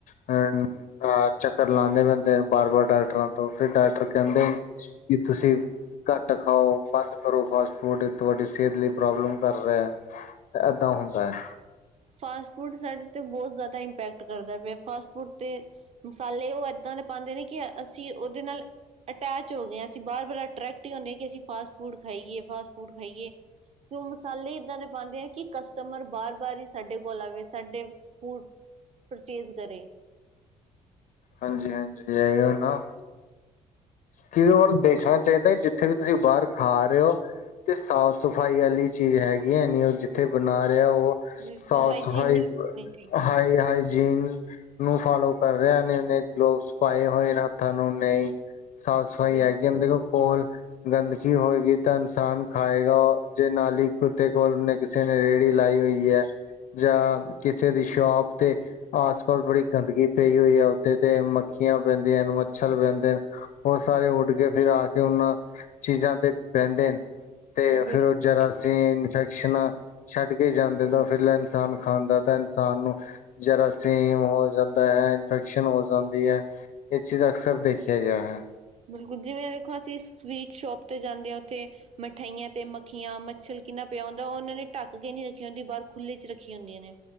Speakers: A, on the left; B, on the right.
A: ਫਿਰ ਚੱਕਰ ਲਉ ਨੇ ਪੈਂਦੇ। ਬਾਰ ਬਾਰ ਡਾਕਟਰਾਂ ਤੋਂ ਫਿਰ ਡਾਕਟਰ ਕਹਿੰਦੇ ਕਿ ਤੁਸੀਂ ਘੱਟ ਖਾਓ ਬੰਦ ਕਰੋ ਫਾਸਟ ਫੂਡ ਤੁਹਾਡੀ ਸਿਹਤ ਲਈ ਪ੍ਰੋਬਲਮ ਕਰ ਰਿਹਾ। ਏਦਾਂ ਹੁੰਦਾ ਹੈ।
B: ਫਾਸਟ ਫੂਡ ਸਾਡੇ ਤੇ ਬਹੁਤ ਜ਼ਿਆਦਾ ਇਪੈਕਟ ਕਰਦਾ ਪਿਆ ਫਾਸਟ ਫੂਡ ਤੇ ਮਸਾਲੇ ਉਹ ਏਦਾਂ ਦੇ ਪਾਉਂਦੇ ਨੇ ਕਿ ਅਸੀਂ ਉਹਦੇ ਨਾਲ ਅਟੈਚ ਹੋ ਗਿਆ ਆ ਅਸੀਂ ਬਾਰ ਬਾਰ ਅਟਟਰੈਕਟ ਹੀ ਹੁੰਦੇ ਹ ਕਿ ਅਸੀਂ ਫਾਸਟ ਫੂਡ ਖਾਈਏ, ਫਾਸਟ ਫੂਡ ਖਾਈਏ। ਕਿ ਉਹ ਮਸਾਲੇ ਏਦਾਂ ਦੇ ਪਾਉਂਦੇ ਆ ਕਿ ਕਸਟਮਰ ਬਾਰ ਬਾਰ ਹੀ ਸਾਡੇ ਕੋਲ ਆਵੇ ਸਾਡੇ ਫੂਡ ਪਰਚੇਜ਼ ਕਰੇ।
A: ਹਾਂਜੀ ਹਾਂਜੀ ਇਹੀਓ ਨਾ ਕਈ ਵਾਰ ਦੇਖਣਾ ਚਾਹੀਦਾ ਜਿੱਥੇ ਵੀ ਤੁਸੀਂ ਬਾਹਰ ਖਾ ਰਹੇ ਹੋ। ਤੇ ਸਾਫ਼ ਸਫ਼ਾਈ ਵਾਲੀ ਚੀਜ਼ ਹੈਗੀ ਹੈ ਨ ਉਹ ਜਿੱਥੇ ਬਣਾ ਰਿਹਾ ਉਹ
B: ਬਿਲਕੁਲ
A: ਸੌਸ
B: ਹਾਈਜੀਨਿਕ
A: ਹਾਈ
B: ਹੋਣੀ ਚਾਹੀਦੀ
A: ਹਾਈ
B: ਹੈ
A: ਹਾਈਜੀਨ ਨੂੰ ਫਾਲੋ ਕਰ ਰਿਹਾ ਨੇਨੇ ਗਲੋਵਸ ਪਾਏ ਹੋਏ ਨੇ ਹੱਥਾਂ ਨੂੰ ਨਹੀਂ ਸਾਫ਼ ਸਫ਼ਾਈ
B: ਬਿਲਕੁਲ
A: ਹੈਗੀ ਏ ਦੇਖੋ ਕੋਲ ਗੰਦਗੀ ਹੋਏਗੀ ਤਾਂ ਇਨਸਾਨ ਖਾਏਗਾ ਉਹ ਜੇ ਨਾਲੀ ਕੁੱਤੇ ਕੋਲ ਕਿਸੇ ਨੇ ਰੇਹੜੀ ਲਾਈ ਹੋਈ ਹੈ। ਜਾਂ ਕਿਸੇ ਦੀ ਸ਼ੋਪ ਤੇ ਆਸ ਪਾਸ ਬੜੀ ਗੰਦਗੀ ਪਈ ਹੋਈ ਹੈ। ਤੇ ਮੱਖੀਆਂ ਪੈਂਦੀਆਂ ਹਨ, ਮੱਛਰ ਪੈਂਦੇ ਨੇ, ਉਹ ਸਾਰੇ ਉੱਡ ਕੇ ਫਿਰ ਆ ਕੇ ਉਹਨਾਂ ਚੀਜ਼ਾਂ ਤੇ ਬਹਿੰਦੇ ਨੇ ਤੇ
B: ਬਿਲ
A: ਫਿਰ ਉਹ ਜਰਾ ਅਸੀਂ ਇਨਫੈਕਸ਼ਨਾਂ ਛੱਡ ਕੇ ਜਾਂਦੇ ਤਾਂ ਫਿਲ ਇਨਸਾਨ ਖਾਂਦਾ ਤਾਂ ਇਨਸਾਨ ਨੂੰ ਜਰਾਸੀਮ ਹੋ ਜਾਂਦਾ ਹੈ ਇਨਫੈਕ ਇਨਫੈਕਸ਼ਨ ਹੋ ਜਾਂਦੀ ਹੈ ਇਹ ਚੀਜ਼ ਅਕਸਰ ਦੇਖਿਆ ਗਿਆ ਹੈ।
B: ਬਿਲਕੁਲ ਜਿਵੇਂ ਦੇਖੋ ਅਸੀਂ ਸਵੀਟ ਸ਼ੋਪ ਤੇ ਜਾਂਦੇ ਹਾਂ ਉੱਥੇ ਮਠਾਈਆਂ ਤੇ ਮੱਖੀਆਂ ਮੱਛਲ ਕਿੰਨਾ ਪਿਆ ਹੁੰਦਾ ਉਹਨਾਂ ਨੇ ਢੱਕ ਕੇ ਨਹੀਂ ਰੱਖੀ ਹੁੰਦੀ ਬਾਹਰ ਖੁੱਲ੍ਹੇ ਚ ਰੱਖੀਆਂ ਹੁੰਦੀਆਂ ਨੇ